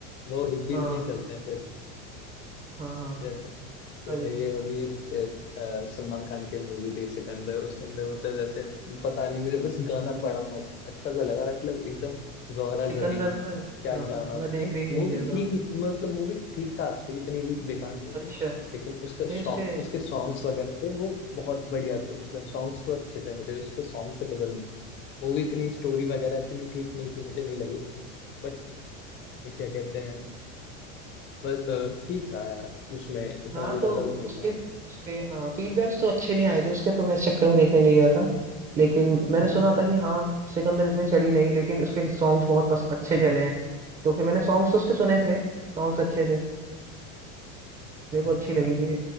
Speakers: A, on the left (about 30°); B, on the right (about 20°).
A: वो रिपीट
B: हाँ
A: में ही चलते हैं फिर
B: हाँ हाँ
A: जैसे जैसे
B: अभी
A: ये अभी एक अ, अ, सलमान खान की मूवी थी सिकंदर उसके अंदर मतलब जैसे पता नहीं मुझे बस गाना बड़ा मस्त अच्छा सा लगा मतलब एकदम जोहरा
B: सिकंदर
A: जबीन
B: तो मैं
A: क्या
B: हाँ
A: गाना
B: मैं देखने
A: मतलब
B: ही नहीं
A: मूवी
B: गया था
A: ठीक मतलब मूवी ठीक ठाक थी इतनी भी बेकार नहीं
B: अच्छा
A: थी
B: नहीं
A: लेकिन उसके सॉन्ग
B: उसके
A: उसके सॉन्ग्स वगैरह थे वो बहुत बढ़िया थे मतलब सॉन्ग्स तो अच्छे थे मुझे उसके सॉन्ग से पसंद मूवी इतनी स्टोरी वगैरह इतनी ठीक नहीं थी मुझे नहीं लगी बट क्या कहते हैं बस अ, ठीक था यार उसमें इतना
B: हाँ
A: भी ज्यादा
B: तो
A: वो नहीं
B: उसके
A: था
B: उसके हाँ फीडबैक्स तो अच्छे नहीं आए थे उसके तो मैं इस चक्कर में देखने नहीं गया था लेकिन मैंने
A: हम्म
B: सुना था कि हाँ सिकंदर इतनी चली नहीं लेकिन उसके सॉन्ग्स बहुत पस, अच्छे चले हैं तो फिर मैंने सॉन्ग्स तो उसके सुने थे सॉन्ग्स अच्छे थे मेरे को
A: अच्छा
B: अच्छी लगी
A: अ,
B: थी